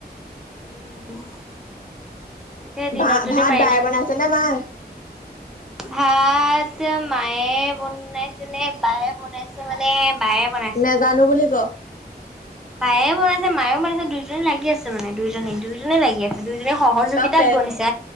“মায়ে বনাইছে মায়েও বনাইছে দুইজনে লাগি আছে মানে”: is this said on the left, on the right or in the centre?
Centre